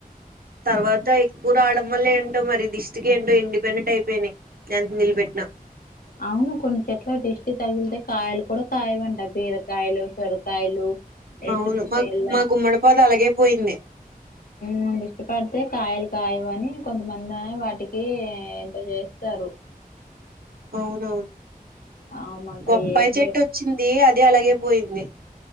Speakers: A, on the right; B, on the left.
A: తర్వాతై ఊ రావడం వల్లే ఏంటో మరి, దిష్టికి ఏంటో ఎండిపోయినట్టు అయిపోయినాయి, ఎంత నీల్పెట్టినా
B: అవును కొన్ని చెట్ల దిష్టి తగిలితే కాయలు కూడా కాయవంట, బీరకాయలు, సొరకాయలు ఏ
A: అవును
B: చిక్కుడుకాయలు
A: మాకు మా గుమ్మడి పాద అలాగే పోయింది
B: ముందు ఇష్టపడితే కాయలు కాయవని కొంతమంది వాటికి ఈ ఎంత చేస్తారు
A: అవునవును
B: ఆ మాకు
A: బొప్పాయి
B: అయి ఏం
A: చెట్టొచ్చు
B: లే
A: చ్చింది అది అలాగే పోయింది